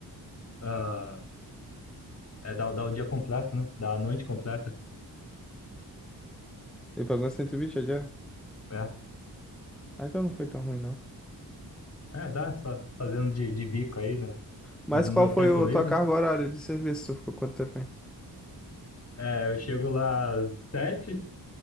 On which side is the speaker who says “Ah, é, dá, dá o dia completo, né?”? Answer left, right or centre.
Left